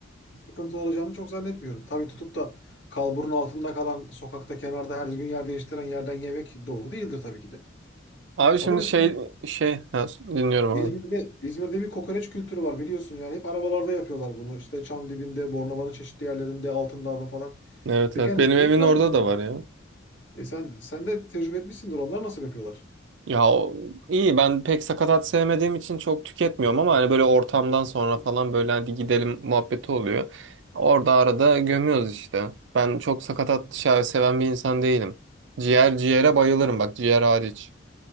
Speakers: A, on the left; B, on the right.
A: sıkıntı olacağını çok zannetmiyorum. Tabii tutup da kalburun altında kalan sokakta kenarda her gün yer değiştiren yerden yemek doğru değildir tabii ki de.
B: Abi
A: Ama
B: şimdi
A: mesela
B: şey şey ha, dinliyorum
A: İzmir'de
B: abi.
A: İzmir'de bir kokoreç kültürü var biliyorsun yani hep arabalarda yapıyorlar bunu işte çam dibinde, Bornova'nın çeşitli yerlerinde, Altındağ'da falan
B: Evet
A: ve
B: evet
A: genelde
B: benim evin
A: de güzel
B: orada
A: yapıyorlar.
B: da var ya.
A: E sen sen de tecrübe etmişsindir onlar nasıl yapıyorlar?
B: Ya o- iyi ben pek sakatat sevmediğim için çok tüketmiyorum ama hani böyle ortamdan sonra falan böyle hadi gidelim muhabbeti oluyor. Orada arada gömüyoruz işte. Ben çok sakatat şahı seven bir insan değilim. Ciğer ciğere bayılırım bak ciğer hariç.